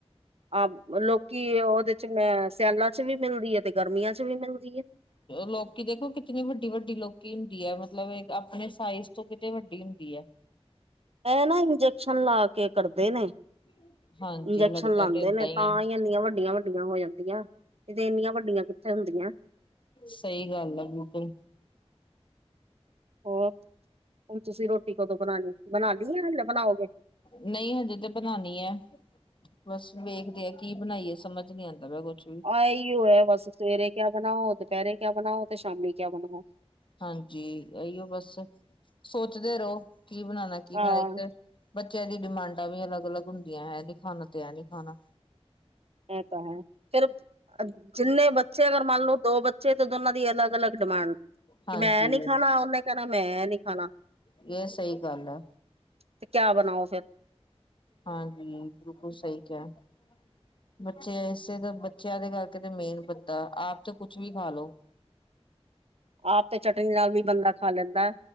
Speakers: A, on the right; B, on the left.
A: ਅ ਲੋਕੀ ਉਹਦੇ ਚ ਸਿਆਲਾਂ ਚ ਵੀ ਮਿਲਦੀ ਹੈ, ਤੇ ਗਰਮੀਆਂ ਚ ਵੀ ਮਿਲਦੀ ਹੈ
B: ਲੋਕੀ ਦੇਖੋ ਕਿਤਨੀ ਵੱਡੀ ਵੱਡੀ ਲੋਕੀ ਹੁੰਦੀ ਹੈ, ਮਤਲਬ ਆਪਣੇ ਸਾਈਜ਼ ਤੋਂ ਕਿਤੇ ਵੱਡੀ ਹੁੰਦੀ ਹੈ
A: ਇਹ ਨਾ ਇੰਜੈਕਸ਼ਨ ਲਾ ਕੇ ਕਰਦੇ ਨੇ
B: <inaudible>
A: ਇੰਜੈਕਸ਼ਨ
B: ਲੱਗਦਾ
A: ਲਾਦੇ
B: ਤੇ ਏਦਾਂ
A: ਨੇ ਤਾਂ
B: ਹੈ
A: ਹੀ ਇੰਨੀਆਂ ਵੱਡੀਆਂ ਵੱਡੀਆਂ ਹੋ ਜਾਂਦੀਆਂ ਨਈ ਤੇ ਇੰਨੀਆਂ ਵੱਡੀਆਂ ਕਿੱਥੇ ਹੁੰਦੀਆਂ
B: ਸਹੀ ਗੱਲ ਆ ਬਿਲਕੁਲ
A: ਹੋਰ, ਹੁਣ ਤੁਸੀਂ ਰੋਟੀ ਕਦੋਂ ਬਣਾਉਣੀ ਬਣਾ ਲਈ ਆ ਯਾ ਹਾਲੇ ਬਣਾਓਗੇ
B: ਨਹੀਂ ਹਜੇ ਤੇ ਬਣਾਉਾਨੀ ਹੈ, ਬਸ ਵੇਖਦੇ ਆ ਕੀ ਬਣਾਈਏ ਸਮਝ ਸਮਝ ਨਹੀਂ ਆਂਦਾ ਪਯਾ ਕੁਛ ਵੀ
A: ਆ ਏ ਹੀਓ ਹੈ ਬਸ, ਸਵੇਰੇ ਕਿਆ ਬਣਾਓ, ਦੁਪਹਿਰੇ ਕਿਆ ਬਣਾਓ ਤੇ ਸ਼ਾਮੀ ਕਿਆ ਬਣਾਓ
B: ਹਾਂਜੀ ਇਹੀਓ ਬਸ ਸੋਚਦੇ ਰਹੋ, ਕੀ ਬਣਾਣਾ ਕੀ
A: ਹਾਂ
B: ਬਣਾਣਾ ਇੱਕ ਬੱਚਿਆਂ ਦੀ ਡਿਮਾਂਡਾਂ ਵੀ ਅਲੱਗ ਅਲੱਗ ਹੁੰਦੀਆਂ, ਏਹ ਨੀ ਖਾਣਾ ਤੇ ਏਹ ਨੀ ਖਾਣਾ
A: ਐ ਤਾਂ ਹੈ ਫਿਰ ਜਿੰਨੇ ਬੱਚੇ, ਅਗਰ ਮੰਨ ਲਓ ਦੋ ਬੱਚੇ ਤੇ ਦੋਨਾਂ ਦੀ ਅਲੱਗ ਅਲੱਗ ਡਿਮਾਂਡ
B: ਹਾਂਜੀ
A: ਮੈਂ ਏ ਨੀ ਖਾਣਾ, ਉਹਨੇ ਕਹਿਣਾ ਮੈਂ ਏ ਨੀ ਖਾਣਾ
B: ਇਹ ਸਹੀ ਗੱਲ ਐ
A: ਤੇ ਕਿਆ ਬਣਾਓ ਫਿਰ
B: ਹਾਂਜੀ ਬਿਲਕੁਲ ਸਹੀ ਕੇਹਾ ਹੈ ਬੱਚੇ ਇਸੇ ਤਾਂ ਬੱਚਿਆਂ ਦੇ ਕਰਕੇ ਤੇ ਮੇਨ ਬੱਣਦਾ, ਆਪ ਤੇ ਕੁਛ ਵੀ ਖਾ ਲੋੋ
A: ਆਪ ਤੇ ਚਟਨੀ ਨਾਲ ਵੀ ਬੰਦਾ ਖਾ ਲੈਂਦਾ